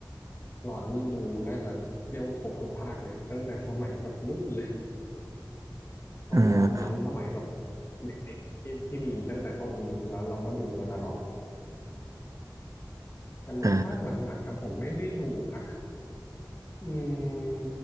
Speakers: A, on the left (about 35°); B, on the right (about 45°).
A: หลอดนี่ดูน่าจะเรียกว่าครบทุกภาคเลยตั้งแต่สมัยแบบนู่นเลย ต้องย้อนย้อนสมัยแบบ
B: อ่า
A: เด็กๆที่ที่มีตั้งแต่ต้นแล้วเราก็ดูมาตลอดแต่เหมือนภาคหลังๆอะผมไม่ได้ดูนะ
B: อ่า
A: อืม